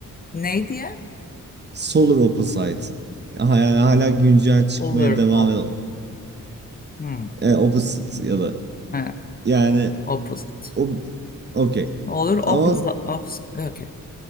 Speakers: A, on the left; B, on the right.
A: Ne diye?
B: Solar Opposites. Ha- Yani hala güncel çıkmaya
A: Olur
B: devam
A: op
B: eden
A: hmm,
B: e, Opposite ya da
A: evet,
B: yani
A: opposite.
B: o okey.
A: Olur opposite.
B: Ama
A: Opposite. Okay.